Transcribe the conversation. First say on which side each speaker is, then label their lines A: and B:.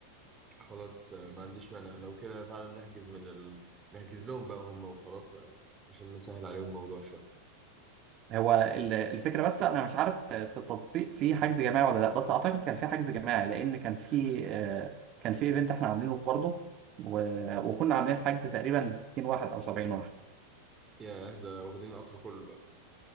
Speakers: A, on the right; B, on the right.
A: خلاص آه، ما عنديش مانع لو كده فعلا نحجز من ال... نحجز لهم بقى هم وخلاص بقى عشان نسهل عليهم الموضوع شوية
B: هو ال- الفكره بس انا مش عارف في التطبيق في حجز جماعي ولا لا بس اعتقد كان في حجز جماعي لان كان في آه، كان في ايفنت احنا عاملينه برضه و- وكنا عاملين حجز تقريبا ل 60 واحد او 70 واحد
A: ياه ده واخدين القطر كله بقى